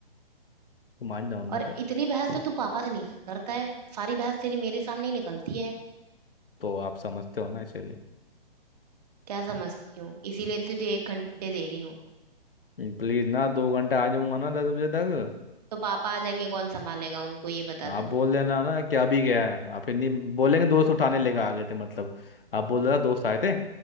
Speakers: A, on the left; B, on the right.
A: तो मान जाओ ना
B: और
A: फिर
B: इतनी बहस तो तू पापा से नहीं करता है सारी बहस तेरी मेरे सामने ही निकलती है
A: तो आप समझते हो ना चलिए
B: क्या समझती हूँ इसीलिए तुझे एक घंटे दे रही हूँ
A: प्लीज ना दो घंटा आ जाऊंगा ना दस बजे तक
B: तो पापा आ जाएंगे कौन संभालेगा उनको ये बता
A: आप
B: तू
A: बोल देना ना कि अभी गया है आप फिर नहीं बोलेंगे दोस्त उठाने लेके आ गए थे मतलब आप बोल देना दोस्त आए थे